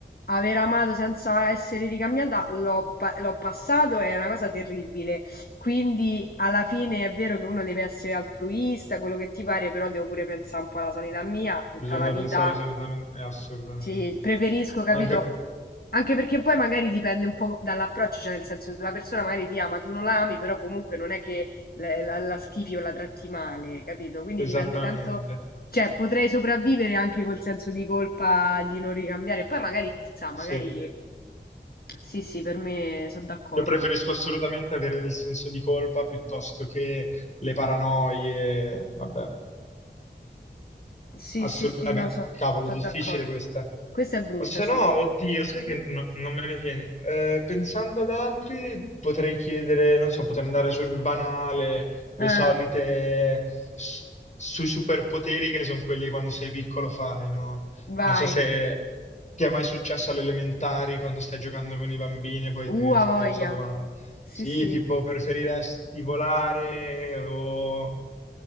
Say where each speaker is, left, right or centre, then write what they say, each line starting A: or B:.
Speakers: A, on the left (about 55°); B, on the left (about 40°).
A: aver amato senza essere ricambiata l'ho pa- l'ho passato, è una cosa terribile. Quindi alla fine è vero che uno deve essere altruista, quello che ti pare, però devo pure pensare un po' alla sanità mia, tutta
B: Bisogna
A: la vita
B: pensare sanitamente, eh, assolutamente.
A: sì, preferisco, capito?
B: Anche
A: Anche perché poi magari dipende un po' dall'approccio, cioè nel senso la persona magari ti ama, tu non la ami, però comunque non è che la, la- la schifi o la tratti male, capito? Quindi
B: esattamente.
A: dipende tanto, cioè potrei sopravvivere anche col senso di colpa di non ricambiare, poi magari chissà, magari
B: Sì.
A: sì, sì, per me sono d'accordo.
B: Io preferisco assolutamente avere il senso di colpa piuttosto che le paranoie. Vabbè.
A: Sì,
B: Assolut-
A: sì, sì,
B: eh
A: no,
B: beh,
A: sono
B: cavolo, difficile
A: d'accordo.
B: questa.
A: Questa è brutta,
B: O se
A: sì.
B: no, oddio, sai che no- non me ne viene. Eh, pensando ad altri, potrei chiedere, non so, potrei andare sul banale, le
A: Ah,
B: solite, s- sui superpoteri che sono quelli che quando sei piccolo fai, no?
A: vai.
B: Non so se ti è mai successo alle elementari quando stai giocando con i bambini e poi
A: Uh,
B: ti viene
A: a
B: fatta
A: voglia.
B: questa domanda.
A: Sì,
B: Sì,
A: sì.
B: tipo preferiresti volare o,